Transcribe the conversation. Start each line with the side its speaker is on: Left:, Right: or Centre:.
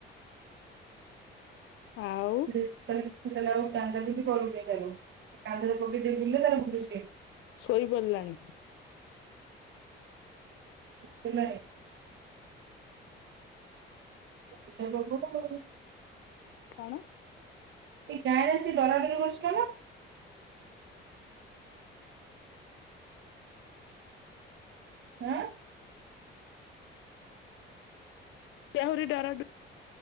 Left: ଆଉ
Right: <unintelligible>
Left: ଶୋଇପଡ଼ିଲାଣି।
Right: ଉଠିଲାଣି। <unintelligible>
Left: କଣ?
Right: ଏଇ ଗାଁରେ ଆସି ଡରା ଡରି କରୁଚ ନା? ଆଁ
Left: ତେ ଆହୁରି ଡରା ଡରି,